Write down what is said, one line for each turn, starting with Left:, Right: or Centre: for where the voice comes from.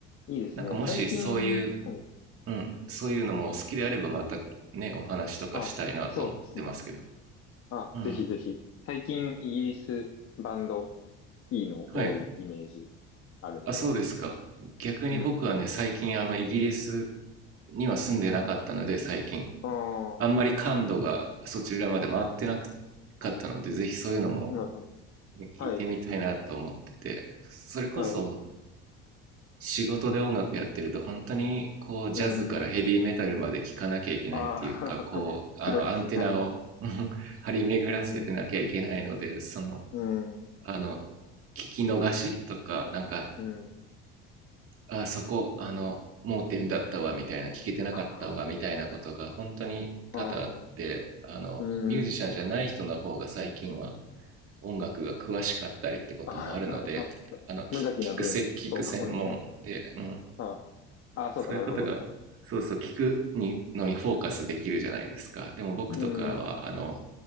Left: ん。いいですね。
Right: なんかもしそういう、
Left: 最近、うん、
Right: うん、そういうのもお好きであればまたねお話とかしたいなと思ってますけど、
Left: あ、そうですね。あ、
Right: うん、
Left: ぜひぜひ。最近イギリスバンドいいの多いイメージ
Right: はい
Left: あるんで。
Right: あそうですか逆に僕はね最近あのイギリス
Left: うん。
Right: には住んでなかったので最近
Left: ああ、
Right: あんまり感度がそちらまで回ってなかったのでぜひそういうのも、
Left: なるほど。
Right: ね、
Left: はい。
Right: 聞いてみたいなと思っててそれこそ
Left: はい。
Right: 仕事で音楽やってると本当にこうジャズからヘビーメタルまで聴かなきゃいけないっていうかこうあのアンテナを
Left: うん。ああ、<laughs> 広いですね。はい。
Right: <laughs> 張り巡らせてなきゃいけないのでその
Left: うん、うん、
Right: あの聞き逃しとかなんか
Left: うん。
Right: あそこあの盲点だったわみたいな聞けてなかったわみたいなことが本当に多々あってあのミュージシャンじゃない人の方が最近は
Left: ああ、うん、うん。
Right: 音楽が詳しかったりってこともあるのであの聞くせ聞く専門で、
Left: あ <laughs> 無邪気な分、そうかも。
Right: うん、
Left: あーあー、そうか、
Right: そういうことがそうそう聞くにのにフォーカスできるじゃないですかでも僕とかはあの
Left: なるほど。はい。うん、